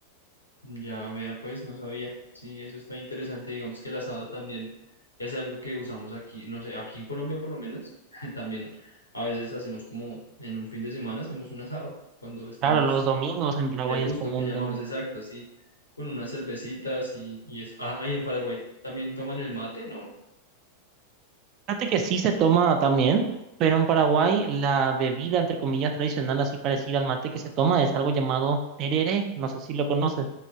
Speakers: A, on the left; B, on the right.
A: Ya vea, pues no sabía. Sí, eso está interesante. Digamos que el asado también es algo que usamos aquí, no sé, aquí en Colombia por lo menos, <laughs> también a veces hacemos como en un fin de semana hacemos un asado, cuando estamos
B: Claro, los domingos en Paraguay
A: de gusto,
B: es común
A: que llamamos
B: también.
A: exacto, sí, con unas cervecitas y, y eso. Ah, ahí en Paraguay también toman el mate, ¿no?
B: Fíjate que sí se toma también, pero en Paraguay la bebida, entre comillas, tradicional, así parecida al mate que se toma, es algo llamado tereré. No sé si lo conoces.